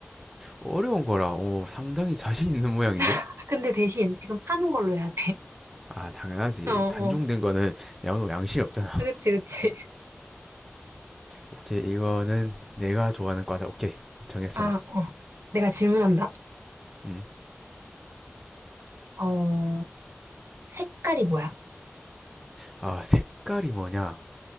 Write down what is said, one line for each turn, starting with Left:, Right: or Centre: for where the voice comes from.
Centre: 어려운 거라, 오, 상당히 자신 있는 모양인데?
Right: 아, 근데 대신 지금 파는 걸로 해야 돼.
Centre: 아, 당연하지.
Right: <laughs> 어, 어.
Centre: 단종된 거는 양호 양심이 없잖아.
Right: 아, 그치, 그치.
Centre: 오케이, 이거는 내가 좋아하는 과자. 오케이, 정했어,
Right: 아,
Centre: 나.
Right: 어. 내가 질문한다.
Centre: 음.
Right: 어, 색깔이 뭐야?
Centre: 아, 색깔이 뭐냐?